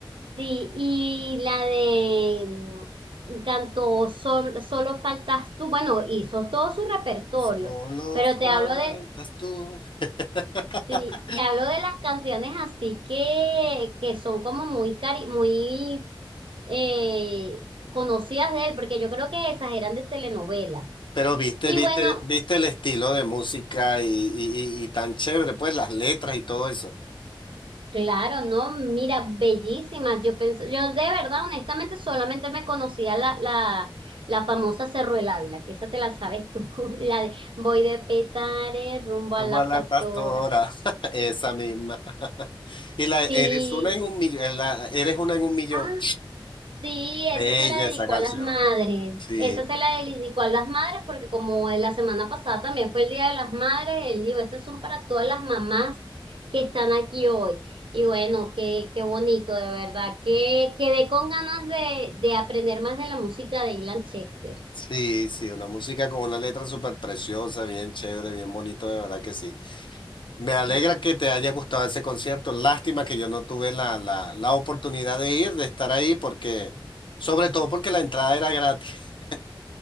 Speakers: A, on the right; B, on the left.
A: Sí, y la de mm, cantó Sol- Solo faltas tú, bueno, hizo todo su repertorio,
B: Solo
A: pero
B: faltas
A: te hablo de,
B: tú. <laughs>
A: sí, te, hablo de las canciones así que, que son como muy, cari muy eh, conocidas de él, porque yo creo que esas eran de telenovelas.
B: Pero viste,
A: Y
B: viste,
A: bueno,
B: viste el estilo de música y, y y- y tan chévere, pues las letras y todo eso.
A: Claro, no, mira, bellísimas. Yo pensé, yo de verdad, honestamente, solamente me conocía la, la, la famosa Cerro del Ávila, que esa te la sabes tú, <laughs> la de voy de Petare rumbo
B: Como
A: a la
B: a la
A: Pastora.
B: pastora, <laughs> esa misma. Y la eres
A: Sí,
B: una en un millón, eres una en un millón.
A: ah, Sí,
B: Bella
A: esa se la dedicó
B: esa canción.
A: a las madres.
B: Sí,
A: Esa se la dedicó a las madres porque como en la semana pasada también fue el Día de las Madres, él dijo, estas son para todas las mamás que están aquí hoy. Y bueno, qué, qué bonito, de verdad, que quedé con ganas de, de aprender más de la música de Ilan Chester.
B: sí, sí, una música con una letra súper preciosa, bien chévere, bien bonito, de verdad que sí. Me alegra
A: Sí.
B: que te haya gustado ese concierto. Lástima que yo no tuve la, la, la oportunidad de ir, de estar ahí, porque, sobre todo porque la entrada era gratis.